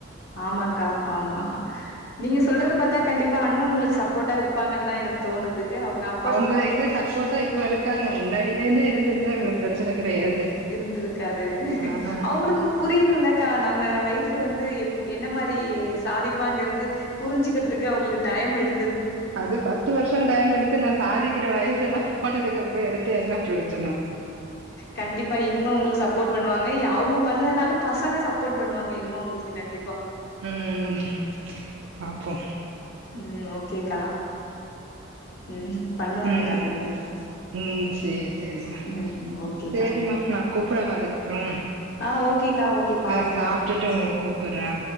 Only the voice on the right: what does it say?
அவுங்க எங்க சப்போர்ட்டா இப்ப இருக்காங்க முன்னாடில இந்தே இருந்திருந்தா இவ்ளோப் பிரச்சன கிடையாது
ஆஹ்
அது பத்து வருஷ டைம் எடுத்து நா சாதிக்கிற வயசு எல்லா போனதுக்கப்றோ எடுத்து என்ன பிரோஜனோ
ம் பாப்போ
ம்
ம் சேரி சேரிமா
சேரிமா நா கூப்டவா அதுக்கப்பறோ
நா சாப்ட்டுட்டு உங்கள கூப்ட்றே